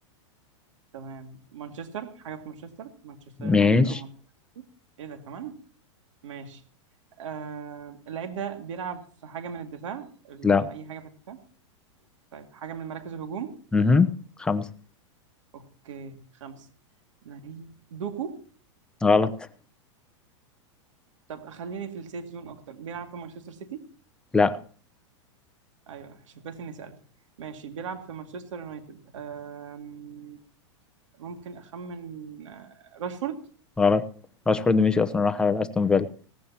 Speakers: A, on the right (about 80°); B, in the centre.
A: تمام مانشستر حاجه في مانشستر مانشستر
B: ماشي
A: يونايتد او مانشستر ايه ده كمان ماشي آه اللعيب ده بيلعب في حاجه من الدفاع ال-
B: لا
A: اي حاجه في الدفاع طيب حاجة من مراكز الهجوم
B: مهم. خمسة
A: اوكي خمسة لعيب دوكو
B: غلط
A: طب خليني في السيف زون اكتر بيلعب في مانشستر سيتي
B: لا
A: ايوه شوف بس اني سألت ماشي بيلعب في مانشستر يونايتد أم، ممكن اخمن آه، راشفورد
B: غلط راشفورد مشي اصلا راح على استون فيلا